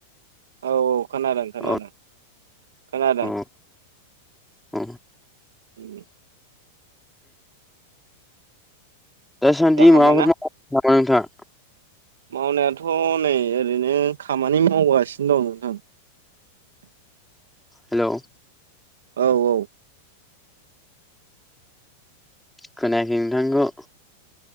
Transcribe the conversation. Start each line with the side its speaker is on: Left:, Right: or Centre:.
Right: औ औ खोनादों खोनादों
Centre: अ
Right: खोनादों
Centre: अ अ
Right: उ
Centre: दासान्दि
Right: जाखांबायना
Centre: माबाफोर माव नामा नोंथां
Right: मावनायाथ' नै ओरैनो खामानि मावगासिनो दं नोंथां
Centre: हेलौ
Right: औ औ
Centre: खोनायाखै नोंथांनिखौ